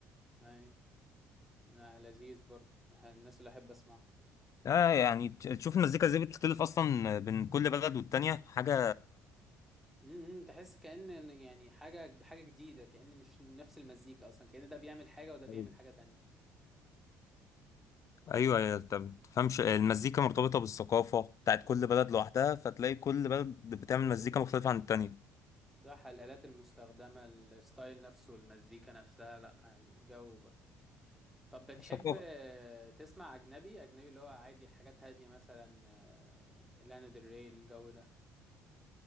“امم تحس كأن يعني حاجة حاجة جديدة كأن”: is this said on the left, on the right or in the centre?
Centre